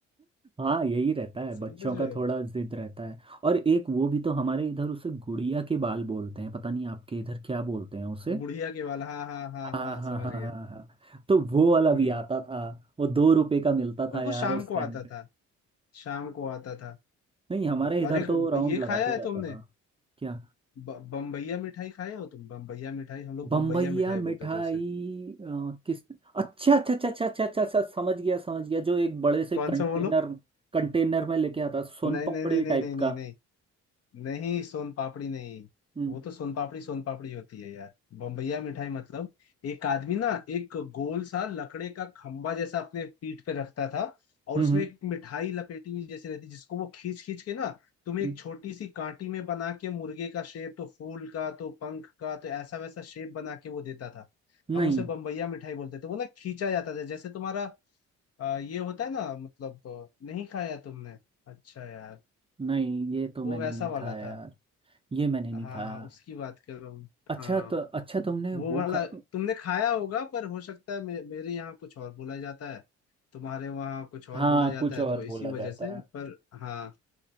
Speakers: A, on the right (about 20°); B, on the left (about 55°).
A: हाँ यही रहता है
B: समझ
A: बच्चों
B: रहे
A: का थोड़ा
B: हो
A: जिद रहता है और एक वो भी तो हमारे इधर उसे गुड़िया के बाल बोलते हैं पता नहीं आपके इधर क्या बोलते हैं उसे
B: बुढ़िया के वाला हाँ हाँ हाँ
A: हाँ
B: हाँ
A: हाँ
B: समझ
A: हाँ
B: गया
A: हाँ हाँ तो वो वाला भी
B: हम्म
A: आता था वो दो रुपए का मिलता
B: पर
A: था यार
B: वो शाम
A: उस
B: को
A: टाइम
B: आता
A: पे
B: था शाम को आता था
A: नहीं हमारे
B: वो
A: इधर
B: अरे
A: तो राउंड
B: ये
A: लगाते
B: खाया है
A: रहता
B: तुमने
A: था क्या
B: ब- बम्बैया मिठाई खाए हो तुम बम्बैया मिठाई हम लोग
A: बम्बैया
B: बम्बैया मिठाई
A: मिठाई
B: बोलते थे उसे
A: अ, किस अच्छा अच्छा अच्छा अच्छा अच्छा अच्छा अच्छा समझ गया समझ गया जो एक बड़े से
B: कौन
A: कंटेनर
B: सा बोलो
A: कंटेनर में लेके आता सोन
B: नहीं
A: पापड़ी
B: नहीं नहीं नहीं
A: टाइप
B: नहीं नहीं
A: का
B: नहीं नहीं सोन पापड़ी नहीं
A: हम्म
B: वो तो सोन पापड़ी सोन पापड़ी होती है यार बम्बैया मिठाई मतलब एक आदमी ना एक गोल सा लकड़े का खंबा जैसा अपने पीठ पे रखता था और
A: हम्म
B: उसमें
A: हम्म,
B: एक मिठाई लपेटी हुई जैसी रहती जिसको वो खींच खींच के ना तुम्हें
A: हम्म,
B: एक छोटी सी कांटी में बना के मुर्गे का शेप तो फूल का तो पंख का तो ऐसा वैसा शेप बना के वो देता था हम
A: नहीं
B: उसे बम्बैया मिठाई बोलते थे वो ना खींचा जाता था जैसे तुम्हारा अ, ये होता है ना मतलब अ, नहीं खाया तुमने अच्छा यार
A: नहीं ये तो मैंने
B: वो वैसा
A: नहीं खाया
B: वाला था
A: यार ये मैंने नहीं
B: हाँ
A: खाया
B: उसकी बात कर रहा हूँ
A: अच्छा
B: हाँ
A: तो अच्छा तुमने
B: वो
A: वो
B: वाला
A: खा
B: तुमने खाया होगा पर हो सकता है मे, मेरे यहाँ कुछ और बोला जाता है तुम्हारे वहाँ कुछ और
A: हाँ
B: बोला जाता
A: कुछ
B: है
A: और
B: तो इसी
A: बोला
B: वजह
A: जाता
B: से
A: है
B: पर हाँ